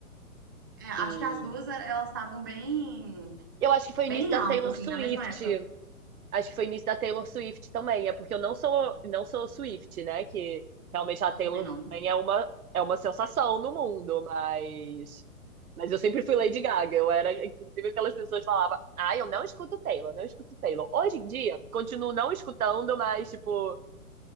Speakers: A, on the right; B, on the right.
A: é, acho
B: E
A: que as duas, eh, elas estavam bem...
B: eu acho que foi
A: Bem
B: o início da
A: altas,
B: Taylor
A: assim,
B: Swift.
A: na mesma época.
B: Acho que foi nisso da Taylor Swift também. É porque eu não sou, não sou Swift, né? Que realmente a
A: Ela
B: Taylor
A: também não.
B: também é uma, é uma sensação no mundo, mas. Mas eu sempre fui Lady Gaga. Eu era, inclusive, aquelas pessoas que falavam: Ah, eu não escuto Taylor, não escuto Taylor. Hoje em dia, continuo não escutando, mas, tipo,